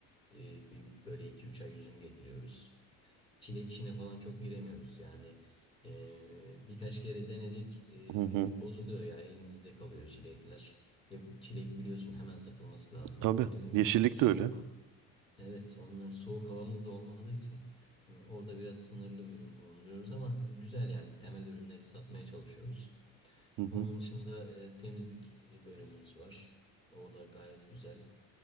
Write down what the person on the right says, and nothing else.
Hı hı.
Tabii.
Yeşillik
de öyle.
Hı hı.